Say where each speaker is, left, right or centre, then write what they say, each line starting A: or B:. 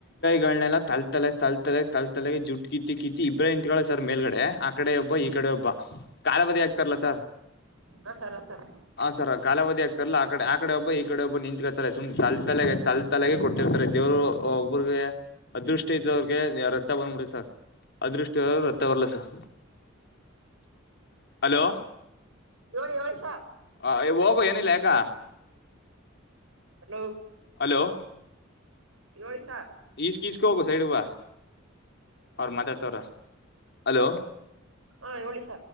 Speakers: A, on the left; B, on the right.
A: ಗಳನೆಲ್ಲ ತ ತಲೆ ತ ತಲೆ ತ ತಲೆ ಜುಟ್ ಕಿತ್ತ ಕಿ ಇಬ್ಬ ಇ ಸರ್ ಮೇಲ್ಗಡೆ ಆ ಕಡೆ ಒಬ್ಬ ಈ ಕಡೆ ಕಾಲಾವದಿ ಆತಲ್ಲ ಸರ್
B: ಹಾ ಸರ್ ಹಾ ಸರ್
A: ಆ ಸರ್ ಸ ಕಾಲಾವಿ ಆತ ಇಲ್ಲ ಆ ಕಡೆ ಆ ಕಡೆ ಒಬ್ಬ ಈ ಕಡೆ ಒಬ್ಬ ನಿಂತ್ಕತಾರೆ ಸುಮ್ ತಲ ತಲೆಗೆ ತಲ್ ತಲೆಗೆ ಕೊಡ್ತಿರ್ತಾರೆ ದೇವರು ಒಬ್ಬ್ರಿಗೆ <inaudible> ಅದೃಷ್ಟ ಇದ್ದ ಅವ್ರಿಗೆ ರಕ್ತ ಬಂದ್ಬಿಡುತ್ತೆ ಸರ್ ಅದೃಷ್ಟ ಇಲ್ಲರ ದವರಿಗೆ ರಕ್ತ ಬರಲ್ಲ ಸರ್ ಹಲೋ
B: ಏಳಿ ಏಳಿ ಸ
A: ಹ ವೋಗೋ ಏನಿಲ್ಲಕ್ಕ
B: ಹಲೋ
A: ಹಲೋ
B: ಏಳಿ ಸಾರ
A: ಈಸ್ಕ್ ಈಸ್ಕ ಹೋಗುವ ಸೈಡ ಗ ಬ ಅವ್ರ
B: ಹಾ
A: ಮಾತಾಡ್ತವ್ರ
B: ಸರ್
A: ಅಲೋ
B: ಹಾ ಹೇಳಿ